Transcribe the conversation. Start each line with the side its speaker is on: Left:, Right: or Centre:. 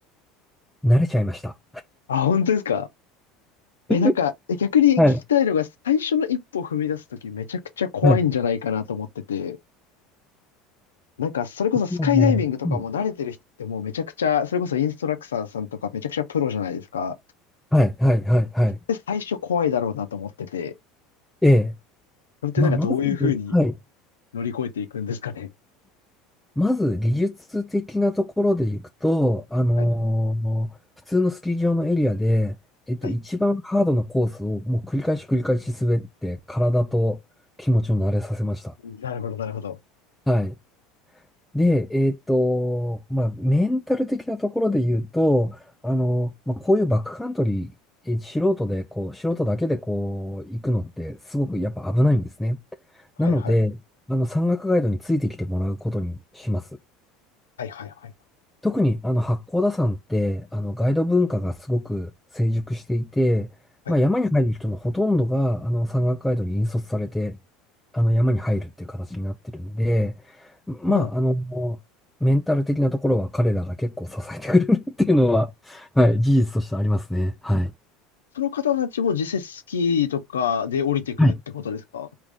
Centre: 慣れちゃいました。
Left: あ、本当ですかえ、
Centre: <laughs>
Left: なんか、え逆に聞きたいのが、
Centre: はい。
Left: 最初の一歩踏み出すときめちゃくちゃ怖いんじゃないかなと思ってて、
Centre: はい。
Left: なんか、それこそスカイダイビングとかも慣れてる人ってもうめちゃくちゃ、
Centre: もうね、うん
Left: それこそインストラクターさんとかめちゃくちゃプロじゃないですか。
Centre: はい、はい、はい、はい。
Left: で、最初怖いだろうなと思ってて、
Centre: ええ。
Left: それってなんかどういうふうに
Centre: まあ、まず、はい。
Left: 乗り越えていくんですかね。
Centre: まず技術的なところでいくと、あのー普通のスキー場のエリアで、
Left: はい、
Centre: えっと、
Left: はい。
Centre: 一番ハードなコースをもう繰り返し繰り返し滑って、体と気持ちを慣れさせました。
Left: なるほど、なるほど。
Centre: はい。で、えっと、まあ、メンタル的なところで言うと、あのまあ、こういうバックカントリー、え素人で、こう、素人だけでこう、行くのってすごくやっぱ危ないんですね。
Left: はい、
Centre: なので、
Left: はい、
Centre: あの、山岳ガイドについてきてもらうことにします。
Left: はい、はい、はい。
Centre: 特にあの八甲田山ってあのガイド文化がすごく成熟していて、
Left: はい
Centre: まあ、山に入る人のほとんどがあの山岳ガイドに引率されてあの山に入るっていう形になってるんで、まあ、
Left: そうなの
Centre: あのメンタル的なところは彼らが結構支えてくれるっていうのは、はい、事実としてありますね。はい。
Left: その方たちも実際スキーとかで降りてくるってことですか
Centre: はい。